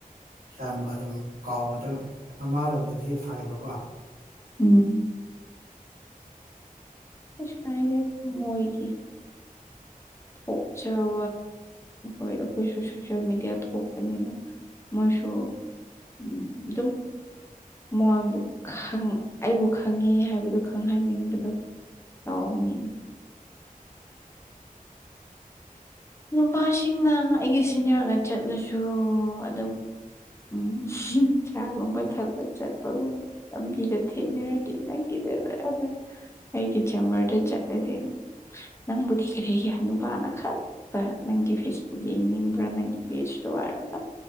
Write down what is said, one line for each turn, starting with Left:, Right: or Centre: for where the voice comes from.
Right: ꯌꯥꯝ ꯑꯗꯨꯝ ꯀꯥꯎꯕꯗ ꯑꯃꯔꯣꯝꯗꯗꯤ ꯐꯩꯕꯀꯣ
Left: ꯎꯝ ꯀꯩꯁꯨ ꯀꯥꯏꯗꯦ ꯃꯣꯏꯒꯤ ꯑꯣꯛ ꯆꯥꯎ ꯍꯣꯏ ꯑꯩꯈꯣꯏꯁꯨ ꯁꯣꯁꯤꯜ ꯃꯦꯗꯤꯌꯥ ꯊꯣꯛꯄꯅꯤꯅ ꯃꯣꯏꯁꯨ ꯎꯝ ꯑꯗꯨꯝ ꯃꯣꯏꯕꯨ ꯑꯩꯕꯨ ꯈꯪꯉꯦ ꯍꯥꯏꯕꯗꯨ ꯈꯪꯍꯟꯅꯤꯡꯕꯗꯣ ꯇꯧꯕꯥꯅꯤꯅꯦ ꯅꯨꯄꯥꯁꯤꯡꯅ ꯑꯩꯒꯤ ꯁꯤꯅꯤꯌꯔꯒ ꯆꯠꯂꯁꯨ ꯑꯗꯨꯝ ꯎꯝ ꯆꯥꯒꯨꯝꯕ ꯊꯛꯄ ꯆꯠꯄ ꯕꯨ ꯂꯝꯕꯤꯗ ꯊꯦꯡꯅꯔꯗꯤ ꯅꯪꯒꯤꯗꯨꯗ꯭ꯔꯗ ꯑꯩꯒꯤ ꯆꯦꯝꯕꯔꯗ ꯆꯠꯂꯗꯤ ꯅꯪꯕꯨꯗꯤ ꯀꯔꯤꯒꯤ ꯅꯨꯄꯥꯅ ꯈꯠꯄ ꯅꯪꯒꯤ ꯐꯦꯁꯕꯨꯛ ꯌꯦꯡꯅꯤꯡꯕ꯭ꯔꯥ ꯅꯪꯒꯤ ꯄꯦꯖꯇꯣ ꯍꯥꯏꯔꯒ